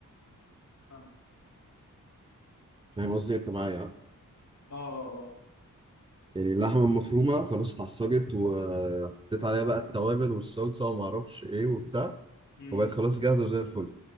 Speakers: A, on the left; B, on the right.
A: اه
B: فاهم قصدي انت معايا يعني
A: اه اه
B: يعني اللحمه المفرومه خلاص اتعصجت وحطيت عليها بقى التوابل والصلصه وما اعرفش ايه وبتاع
A: امم
B: وبقت خلاص جاهزه زي الفل